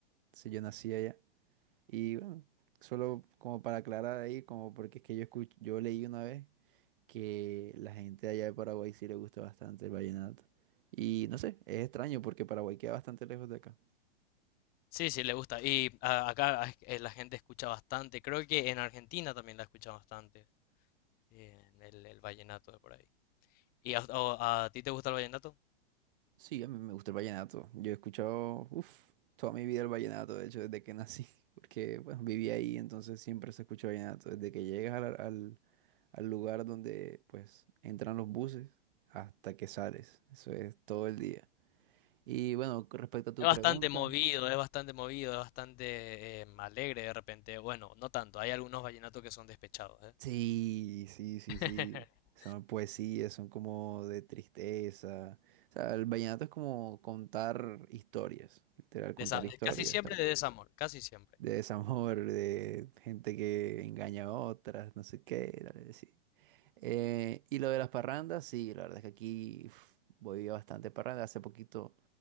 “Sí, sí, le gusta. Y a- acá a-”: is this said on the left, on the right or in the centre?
Left